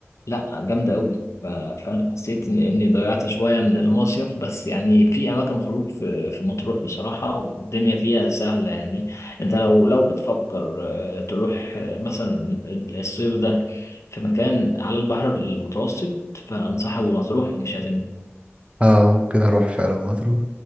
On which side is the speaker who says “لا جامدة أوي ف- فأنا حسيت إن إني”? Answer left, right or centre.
Left